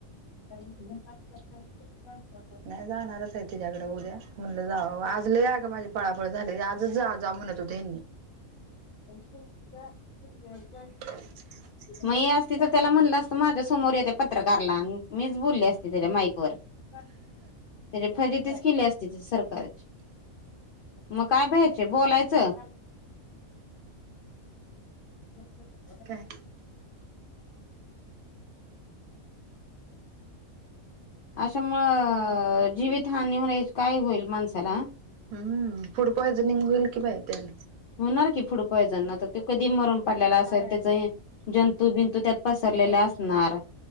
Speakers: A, on the left; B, on the right.
A: आवाज नाही. ह
B: नाही जाणारच. तिच्याकडे उद्या म्हणलं जा आजलं या ग माझी पळाफळ झाली आजच जा जा म्हणत होते.
A: आवाज नाही.
B: काहीतरी पडल्याचा आवाज <inaudible>
A: मग असती तर त्याला म्हणलं असतं माझ्या समोर येते पत्रकारला मीच बोलली असते त्याच्या माईक व त्याची फजेतीच केली असते त्या सरकारची मग काय भ्यायचे बोलायचं. आवाज येत नाही <inaudible>
B: काय
A: अच्छा म म जीवितहानी हो काय होईल माणसाला
B: हम्म फूड पॉइझनिंग होईल कि बा त्यां
A: होणार की फूड पॉइझन तर त कधी मरून पडलेला असेल त्याच हे जंतू बिंतू त्यात पसरलेले असणार.